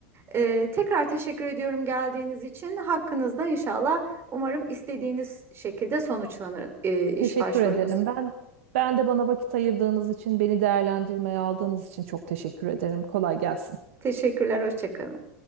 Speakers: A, on the right; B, on the right.
A: Ee, tekrar teşekkür ediyorum geldiğiniz için. Hakkınızda inşallah umarım istediğiniz şekilde sonuçlanır e, iş
B: Teşekkür
A: başvurunuz.
B: ederim. Ben ben de bana vakit ayırdığınız için, beni değerlendirmeye aldığınız için çok teşekkür ederim. Kolay gelsin.
A: Teşekkürler, hoşça kalın.